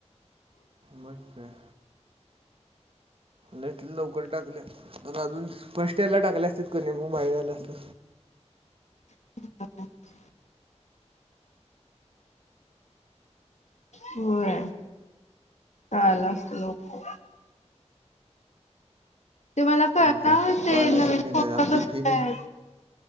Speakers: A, on the right (about 50°); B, on the left (about 75°).
A: मग काय. लईच लवकर टाकल्या तर अजून फर्स्ट इयरला टाकल्या असतित कणी मग भारी झालं असतं
B: हम् <unintelligible> होय कळालं असतं लवकर ते मला कळंना
A: मग काय स्कॉलरशिप
B: ते नवीन
A: निघाली आमची
B: <unintelligible> कस
A: फी निघ
B: आहे